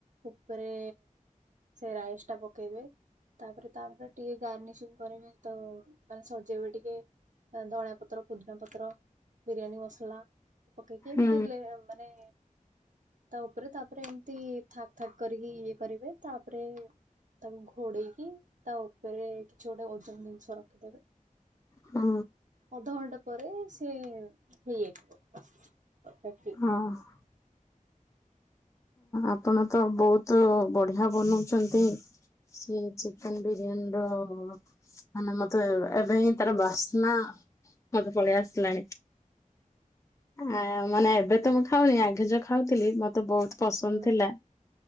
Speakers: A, on the right; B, on the left.
A: ଉପରେ ସେ ରାଇସ୍ ଟା ପକେଇବେ। ତାପରେ ତାପରେ ଟିକେ ଗାର୍ନିସିଂ କରିବେ। ତ ମାନେ ସଜେଇବେ ଟିକେ। ତାପରେ ଧଣିଆ ପତ୍ର ପୁଦିନା ପତ୍ର ବିରିୟାନୀ ମସଲା ପକେଇକି ଏମିତି
B: ହୁଁ
A: ଲେ ମାନେ ତା ଉପରେ ତାପରେ ଏମିତି ଥାକ୍ ଥାକ୍ କରିକି ଇଏ କରିବେ। ତାପରେ ତାକୁ ଘୋଡେଇକି ତା ଉପରେ କିଛି ଗୋଟେ ଓଜନ ଜିନିଷ ରଖିଦେବେ।
B: ହଁ।
A: ଅଧଘଣ୍ଟା ପରେ ସେ ହେଇଯାଇଥିବ।
B: ହଁ। ଆପଣ ତ ବହୁତ ବଢିଆ ବନଉଛନ୍ତି। ସିଏ ଚିକେନ୍ ବିରିୟାନୀ ର ମାନେ ମତେ ଏବେ ହିଁ ତାର ବାସ୍ନା ମତେ ପଳେଇ ଆସିଲାଣି। ଆ ମାନେ ଏବେ ତ ମୁଁ ଖାଉନି। ଆଗେ ଯଉ ଖାଉଥିଲି ମତେ ବହୁତ୍ ପସନ୍ଦ
A: ଉଁ
B: ଥିଲା।